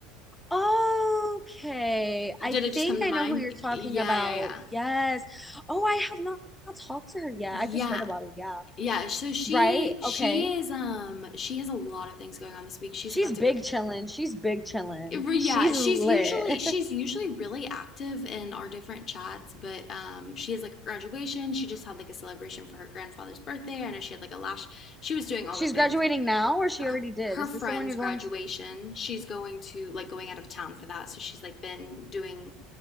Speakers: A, in the centre; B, on the left (about 30°).
A: Okay. I
B: did
A: think
B: it just come to
A: I
B: mind?
A: know who you're talking
B: Yeah,
A: about.
B: yeah, yeah.
A: Yes. Oh, I have not, not talked to her yet.
B: Yeah.
A: I've just heard about her. Yeah.
B: Yeah, so she
A: Right?
B: she
A: Okay.
B: is um she has a lot of things going on this week. She's
A: She's
B: about
A: big
B: to go
A: chillin'. She's big chillin'.
B: Yeah,
A: She's
B: she's
A: lit.
B: usually she's
A: <laughs>
B: usually really active in our different chats, but um she has like a graduation, she just had like a celebration for her grandfather's birthday, I know she had like a lash she was doing all
A: She's
B: the things.
A: graduating now, or she
B: Her,
A: already did?
B: her
A: Is
B: friend's
A: this the one you're
B: graduation,
A: going to?
B: she's going to like going out of town for that, so she's like been doing